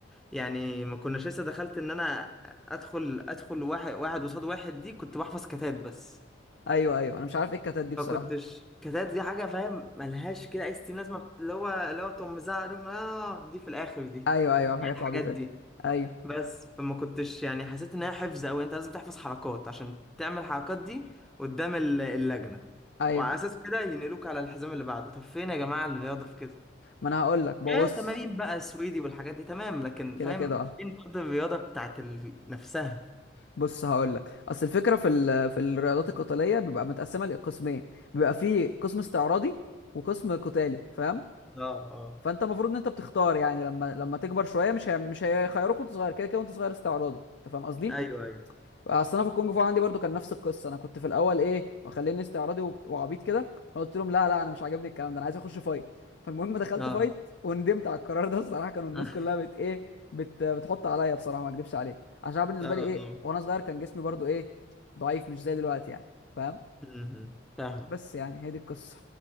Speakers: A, in the centre; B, on the left.
A: يعني ما كناش لسه دخلت ان انا ادخل ادخل واحد واحد قصاد واحد دي كنت بحفظ كتات بس
B: ايوه ايوه انا مش عارف ايه الكتات دي بصراحه
A: ما كنتش كتات دي حاجه فاهم ملهاش كده اي ستين لازمه اللي هو اللي هو تقوم مزعق لهم، اه دي في الاخر دي
B: ايوه ايوه الحاجات
A: الحاجات
B: العبيطه
A: دي
B: دي ايوه
A: بس فما كنتش يعني حسيت انها حفظ قوي انت لازم تحفظ حركات عشان تعمل الحركات دي قدام ال- اللجنة
B: ايوه
A: وعلى اساس كده ينقلوك على الحزام اللي بعده طب فين يا جماعة الرياضة في كده
B: ما انا هقول لك بص
A: ايه تمارين بقى سويدي والحاجات دي تمام لكن
B: كده
A: فاهم
B: كده اه
A: فين برضه الرياضة بتاعت ال... نفسها
B: بص هقول لك اصل الفكره في ال... في الرياضات القتاليه بيبقى متقسمه لقسمين بيبقى في قسم استعراضي وقسم قتالي فاهم
A: اه اه
B: فانت المفروض ان انت بتختار يعني لما لما تكبر شويه مش هي... مش هيخيروك وانت صغير كده كده وانت صغير استعراضي انت فاهم قصدي
A: ايوه ايوه
B: اصل انا في الكونج فو عندي برضو كان نفس القصه انا كنت في الاول ايه مخليني استعراضي وب... وعبيط كده فقلت لهم لا لا انا مش عاجبني الكلام ده انا عايز اخش فايت فالمهم دخلت
A: اه
B: فايت وندمت على القرار ده الصراحه كانوا الناس
A: <laughs>
B: كلها بت ايه بت... بتحط عليا بصراحه ما اكدبش عليك عشان أنا بالنسبه
A: اه
B: لي ايه
A: اه
B: وانا صغير كان جسمي برضو ايه ضعيف مش زي دلوقتي يعني فاهم
A: م- م. فاهمك
B: بس يعني هي دي القصه